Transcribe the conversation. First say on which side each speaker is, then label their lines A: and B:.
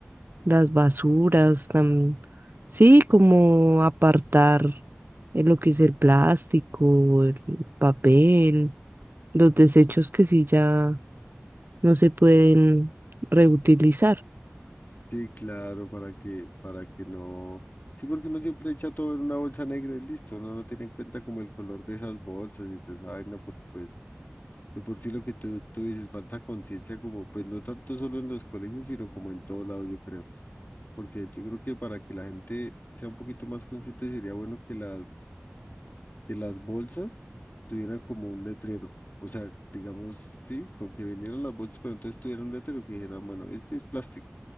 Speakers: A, on the right; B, on the left.
A: las basuras, tam- sí, como apartar eh, lo que es el plástico, el papel, los desechos que sí ya no se pueden reutilizar.
B: sí, claro, para que, para que no. Sí, porque uno siempre echa todo en una bolsa negra y listo, uno no tiene en cuenta como el color de esas bolsas y toda esa vaina, porque pues De por sí lo que tú, tú dices, falta conciencia como, pues no tanto solo en los colegios, sino como en todo lado, yo creo. Porque yo creo que para que la gente sea un poquito más consciente sería bueno que las, que las bolsas tuvieran como un letrero. O sea, digamos, sí, con que vendieran las bolsas, pero entonces tuvieran un letrero que dijeran, bueno, este es plástico.